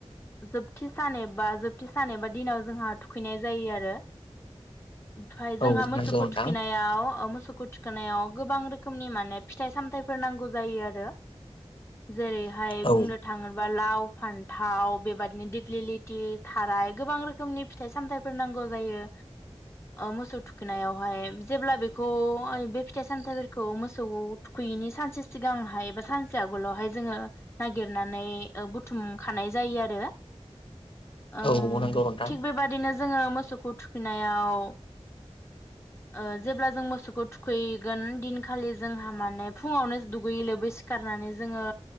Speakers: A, on the left; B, on the left.
A: जोबथि सान एबा जोब थि सानबा दिनाव जोंहा थुखैनाय जायो आरो। ओमफ्राय
B: औ
A: जोंहा मोसौखौ
B: नंगौ नोंथां
A: थुखैनायाव मोसौ मोसौखौ सुखु थिखोनाव गोबां रोखोमनि माने फिथाइ सामथाइफोर नांगौ जायो आरो। जेरैहाय
B: औ
A: बुंनो लाव फान्थाव बेबदिनो दिग्लिलिथि थाराय गोबां रोखोमनि फिथाइ सामथायफोर नांगौ जायो मोसौ थुखैनायावहाय जेब्ला बेखौ बे फिथाइ सामथायफोरखौ मोसौ थुखैयैनि सानसे सिगांहाय एबा सानसे आगोलावहाय जोङो सुनानै बुथुमखानाय जायो आरो ओ
B: औ नंगौ नोंथां
A: थिग बेबादिनो जोङो मोसौखौ थुखैनायाव ओ जेब्ला जों मोसौखौ थुखैगोन दिनखालि जोंहा माने फुङावनो दुगैयै लोबै सिखारनानै जोङो